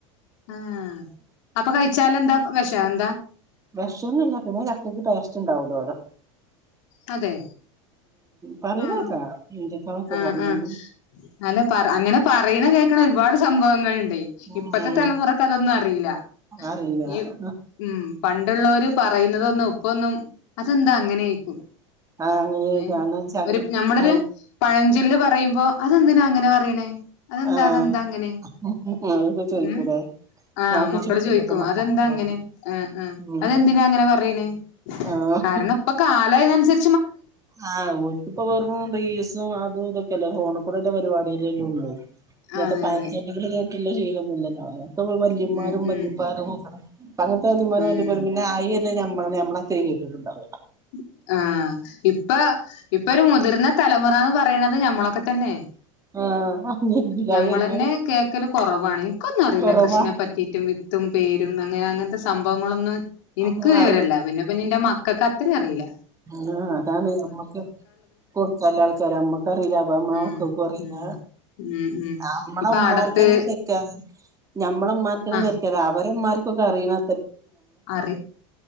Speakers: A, on the left (about 70°); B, on the right (about 20°).
A: ആ അപ്പ കഴിച്ചാലെന്താ പ്പ് വെഷാണ്
B: വെശൊനുല്ലപിന്നെ ചക്കയ്ക്ക് ടേസ്റ്റ് ണ്ടാവ്ടോല്ലോ
A: ഉ അതെ
B: പറയണേക്കാ
A: ആ
B: ഹിന്ദിക്കളൊക്കെ
A: ആ
B: പറയണ്
A: ആ നല്ല പറ ഇങ്ങനെ പറയണെ കേക്കണ ഒരുപാട് സംഭവങ്ങളുണ്ടെയ് ഇപ്പത്തെ
B: ഉം
A: തലമുറക്ക് അതൊന്നും അറിയില്ല
B: അറിയില്ല
A: യൂ ഉം പണ്ടുള്ളോര് പറയുന്നതൊന്നും ഇപ്പൊന്നും അതെന്താ അങ്ങനോയ്ക്കും
B: ആഹ് അങ്ങനെയൊക്കാണ്
A: ഏ
B: ചങ്ക
A: ഒര് നമ്മളൊരു
B: ആഹ്
A: പഴഞ്ചൊല്ല് പറയും മ്മ്പോ അതെന്തിനാ അങ്ങനെ പറയ്ണ് അതെന്താ
B: ആഹ്
A: അതെന്താ അങ്ങനെ
B: ആഹ് അതൊക്കെ ചോയിക്കൂലേ
A: ഉ ആഹ്
B: അതൊക്കെ
A: മക്കള്
B: ചോയിക്കുമ്പത്തെ
A: ചോയ്ക്കും
B: മക്കളെ
A: അതെന്താ അങ്ങനെ ആ ആ
B: ഉം
A: അതെന്തിനാ അങ്ങനെ പറയണ്
B: ആഹ്
A: കാരണം ഇപ്പക്കാലയ്നൻസരി
B: ആഹ് ഓൽക്ക്‌പ്പവെറും റീൽസും അതും ഇതൊക്കെല്ലേ ഹോണ് കുറക പരിപാടീലല്ലൊള്ളൂ ങ്ങതെ
A: അതെ
B: പയൻചൻകൾ
A: അതെ
B: കേട്ടുള്ള ശീലൊന്നുല്ലല്ലോ ന്നമ്മ്ള് വല്ലിമ്മാരും
A: ഉം ഉം
B: വല്ലിപ്പാരും ഓക്കണ് ഇപ്പങ്ങൻത്തെ വെത്തിമ്മാരും
A: ഉം
B: വല്ലിപ്പാരും പിന്നെ ആയി ത് ഞമ്മളത് ഞമ്മളത്രയും കേട്ട്ട്ട്ണ്ടാ വൊ
A: <inaudible> ആഹ് ഇപ്പൊ ഇപ്പൊ ഒരു മുതിർന്ന തലമുറ എന്ന് പറയണത് ഞമ്മളൊക്കെ തന്നെ
B: ആഹ് അറിഞ്ഞില്ല
A: നമ്മളന്നെ
B: അത് കഴിഞ്ഞാല്
A: കേക്കല് കൊറവാണ് ഇനിക്കൊന്നറില്ല
B: കൊറവാണ്
A: കൃഷിനെ പറ്റിട്ടും വിത്തും പേരുന്നങ്ങനെ അങ്ങനത്തെ സംഭവങ്ങളൊന്നും എന്ക്ക്
B: അതൊന്നും
A: വിവരല്ല പിന്നെ ഇപ്പന്റെ മക്കക്ക് അത്രയും അറില്ല
B: ആ അതാണ് അമ്മക്ക് കൊടുക്കാലാൾക്കാര് അമ്മക്കറിയില്ല അപ്പ അമ്മള
A: ഉം
B: മക്കക്കു അറീല്ല
A: ഉം ഉം ഉം
B: നമ്മള
A: ഇപ്പൊ
B: ഉമ്മാർക്ക്ന്നെ
A: അടത്ത്
B: ശെരിക്കാ ഞമ്മള ഉമാർക്ക്ന്നെ
A: ആഹ്
B: ശെരിക്ക രാവ മ്മാർക്കൊക്കെ അറിണാ
A: അറി